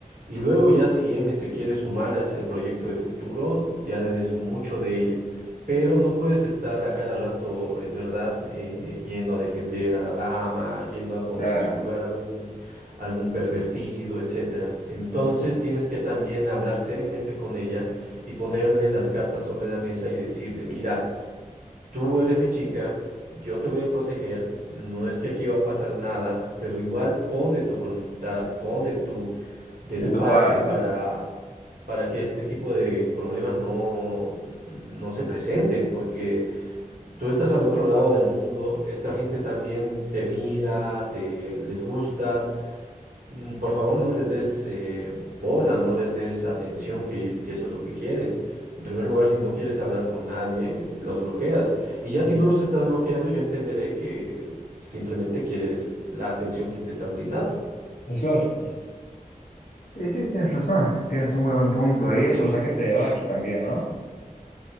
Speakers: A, on the right; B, on the left.
A: Y luego ya si M se quiere sumar a ese proyecto de futuro, ya es mucho de ella. Pero no puedes estar a cada rato, es verdad, eh, yendo a defender a la dama, yendo a poner
B: Claro,
A: en su lugar a algún, algún pervertido, etcétera. Entonces
B: es
A: tienes que también hablar seriamente con ella y ponerle las cartas sobre la mesa y decirle, mira, tú eres mi chica, yo te voy a proteger, no es que aquí va a pasar nada, pero igual pon de tu voluntad, pon de tu, de
B: de
A: tu
B: tu
A: parte
B: parte.
A: para, para que este tipo de problemas no, no se presenten, porque tú estás al otro lado del mundo, esta gente también te mira, te les gustas mm, Por favor, no les des eh, bola, no les des atención, que, que eso es lo que quieren. En primer lugar, si no quieres hablar con nadie, los bloqueas. Y ya si no los estás bloqueando, yo entenderé que simplemente quieres la atención que te están brindando.
B: Es lógico. Y sí, tienes razón, tienes un muy buen punto. Y eso lo sacaste de Baki también, ¿no?